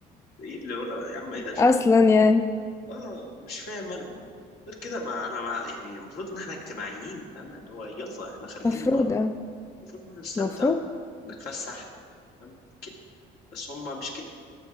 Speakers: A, on the left; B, on the left.
A: ايه اللي يقول يا عم اهدى شويه
B: اصلا يعني
A: اه مش فاهم مالهم غير كده ما انا ما يعني المفروض ان احنا اجتماعيين فاهمة اللي هو يلا احنا خارجين
B: مفروض
A: النهارده
B: اه
A: المفروض ان احنا نستمتع
B: المفروض
A: نتفسح فاهمة كده بس هم مش كده